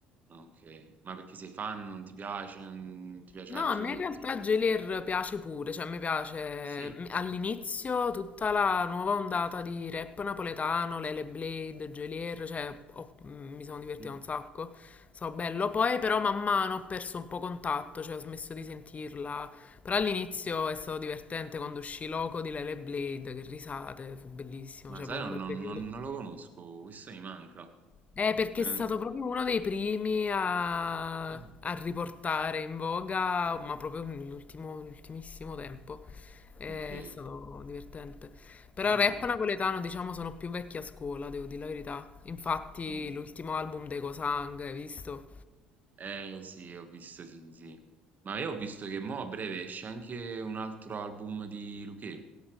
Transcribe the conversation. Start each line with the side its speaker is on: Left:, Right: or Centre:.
Right: Ok, ma perché sei fan, non ti piace, non ti piace
Left: No,
Right: altre...
Left: a me
Right: altre-
Left: in realtà
Right: tipi
Left: Gelir
Right: di-
Left: piace pure, cioè a me piace
Right: Sì,
Left: m- all'inizio tutta la nuova ondata di rap napoletano, Lele Blade, Gelir, cioè ho- m- mi sono divertita
Right: mhm.
Left: un sacco, so bello, poi però man mano ho perso un po' contatto, cioè ho smesso di sentirla, però all'inizio è stato divertente quando uscì Loco di Lele Blade, che risate, fu bellissimo,
Right: Ma
Left: cioè
Right: sai,
Left: proprio
Right: non,
Left: un bel
Right: non-
Left: periodo.
Right: non- non lo conosco, questo mi manca.
Left: Eh, perché
Right: Eh,
Left: è stato proprio uno dei primi a,
Right: eh,
Left: a riportare in voga, ma proprio nell'ultimo, nell'ultimissimo tempo. Eh,
Right: ok,
Left: È stato divertente. Però
Right: ah,
Left: rap napoletano, diciamo, sono più vecchi a scuola, devo dire la verità. Infatti,
Right: sì.
Left: l'ultimo album dei Cosang, hai visto?
Right: Eh sì, ho visto, sì, sì. Ma io ho visto che mo a breve esce anche un altro album di Luchè.